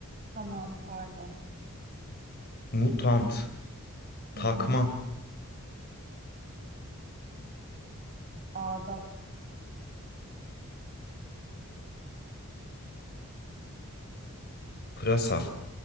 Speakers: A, on the right (about 40°); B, on the left (about 45°).
A: Tamam, pardon.
B: Mutant.
A: Hı
B: Takma.
A: hı. Adap.
B: Pırasa.